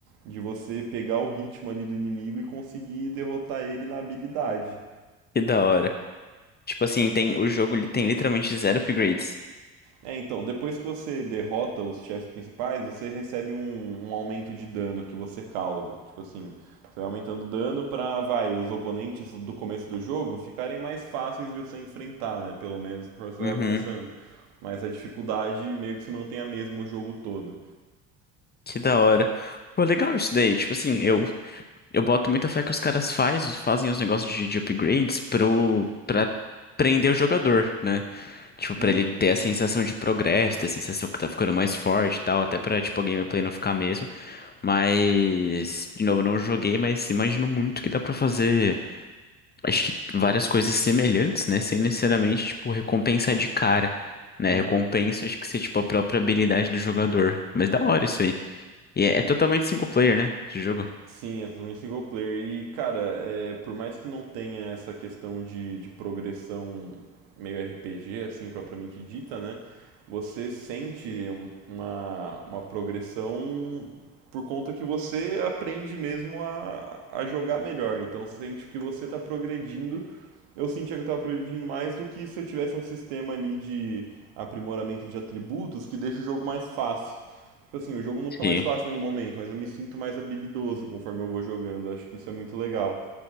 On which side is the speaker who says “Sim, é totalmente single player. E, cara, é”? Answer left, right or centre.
Right